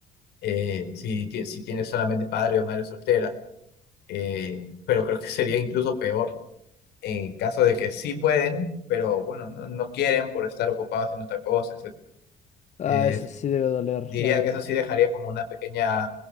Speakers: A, on the left; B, on the left.
A: Eh, si, ti- si tienes solamente padre o madre soltera eh, pero creo que sería incluso peor en caso de que sí pueden, pero bueno, no, no quieren por estar ocupados haciendo otra cosa, etc.
B: ah,
A: Eh,
B: eso sí debe doler,
A: diría
B: la verdad.
A: que eso sí dejaría como una pequeña